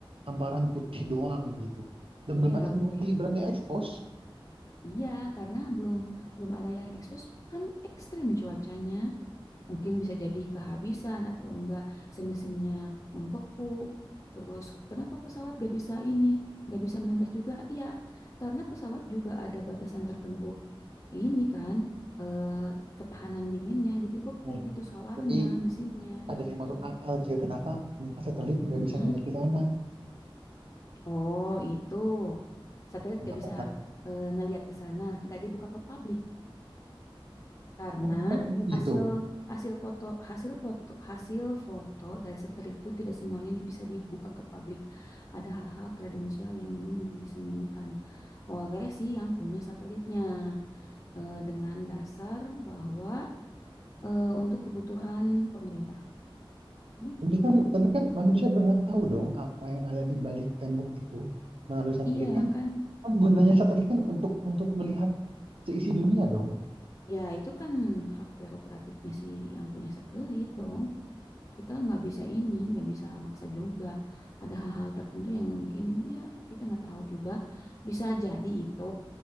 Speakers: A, on the right; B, on the left.
A: hamparan putih doang gitu dan
B: Iya,
A: belum ada yang
B: mungkin
A: berani, berani expose.
B: iya karena belum belum ada yang expose kan ekstrim cuacanya. Mungkin bisa jadi kehabisan atau enggak si mesinnya membeku. Terus kenapa pesawat gak bisa ini, gak bisa melintas juga? Iya, karena pesawat juga ada batasan tertentu. Ini kan eh, ketahanan dinginnya jadi beku
A: Eh,
B: gitu solarnya,
A: tapi
B: mesinnya
A: ada
B: gitu.
A: yang masuk akal Cil kenapa kenapa satelit nggak
B: Mm-mm.
A: bisa ngeliat ke sana
B: Oh, itu. Satelit
A: kenapa
B: gak bisa
A: Kak?
B: eh, ngelihat ke sana, gak dibuka ke publik karena
A: oh emang, emang gitu
B: hasil hasil foto hasil foto hasil foto dari satelit itu tidak semuanya di- bisa dibuka ke publik. Ada hal-hal kredensial yang memang disembunyikan oleh si yang punya satelitnya eh, dengan dasar bahwa eh, untuk kebutuhan pemerintah gitu.
A: tapi kan tapi kan manusia berhak tahu dong apa yang ada di balik tembok itu melalui satelit
B: Iya
A: kan
B: kan?
A: kan gunanya satelit kan untuk untuk melihat seisi dunia dong
B: Ya itu kan hak prerogatifnya si yang punya satelit dong. kita nggak bisa ini, nggak bisa maksa juga. Ada hal-hal tertentu yang mungkin ya kita nggak tahu juga. Bisa jadi itu